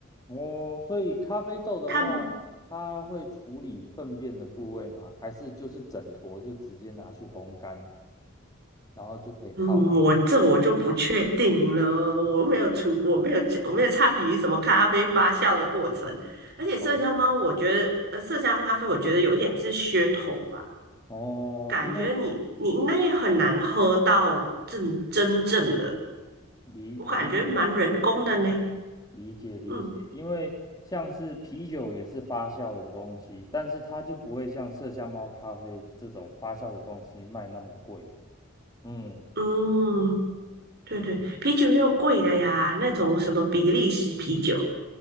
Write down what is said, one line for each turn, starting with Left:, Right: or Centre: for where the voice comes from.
Left: 哦，所以咖啡豆的话，
Right: 他们
Left: 它会处理粪便的部位吗？还是就是整坨就直接拿去烘干，然后就可以泡？
Right: 嗯，我这我就不确定了，我没有出，我没有加，我没有参与什么咖啡发酵的过程，而且麝香猫，
Left: 然后
Right: 我觉得，呃，麝香咖啡，我觉得有一点是噱头吧，
Left: 哦，
Right: 感觉你你应该也很难喝到正真正的，
Left: 因为理理解。
Right: 我感觉蛮人工的呢，
Left: 理解理解，
Right: 嗯
Left: 因为像是啤酒也是发酵的东西，但是它就不会像麝香猫咖啡这种发酵的东西卖那么贵。嗯，
Right: 嗯，对对，啤酒又贵的呀，那种什么比利时啤酒，